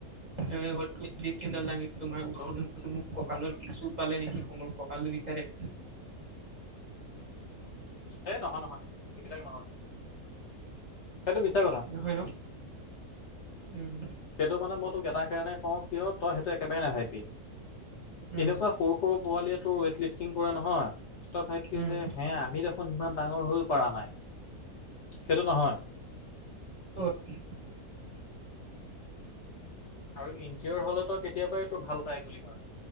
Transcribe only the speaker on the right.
তোমাৰ মোক
কঁকালৰ দুখ চুত পালে নেকি সম্ভৱ ককালটো বিষাই থাকে
নহয় ন উম
উম
উম
ক'ত